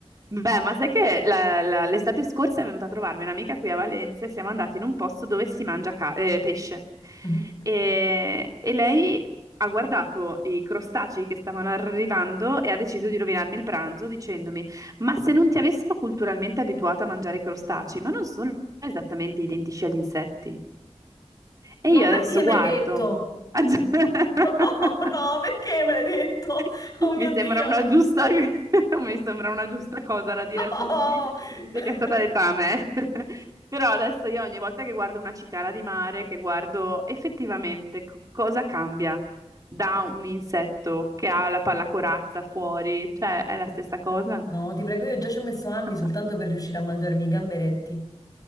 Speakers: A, on the right; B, on the left.
A: Beh, ma sai che la- la- l'estate scorsa è venuta a trovarmi un'amica qui a Valencia e siamo andati in un posto dove si mangia ca- eh, pesce.
B: Mhm.
A: E, e lei ha guardato i crostacei che stavano arrivando e ha deciso di rovinarmi il pranzo dicendomi: Ma se non ti avessero culturalmente abituata a mangiare crostacei, ma non sono esattamente identici agli insetti? E io
B: No, perché
A: adesso
B: me
A: guardo.
B: l'hai detto?
A: <laughs>
B: <laughs> Oh no, perché me l'hai detto?
A: <laughs>
B: Oh mio
A: Mi sembra
B: Dio!
A: una giusta, <laughs> mi sembra una giusta cosa da dire
B: Oh!
A: a tutti,
B: <laughs>
A: visto che è stata detta a me. <laughs> Però adesso io ogni volta che guardo una cicala di mare, che guardo effettivamente co- cosa cambia da un insetto che ha la pallacorazza fuori, cioè è la stessa cosa.
B: No, ti prego, io già ci ho messo anni
A: <laughs>
B: soltanto per riuscire a mangiarmi i gamberetti.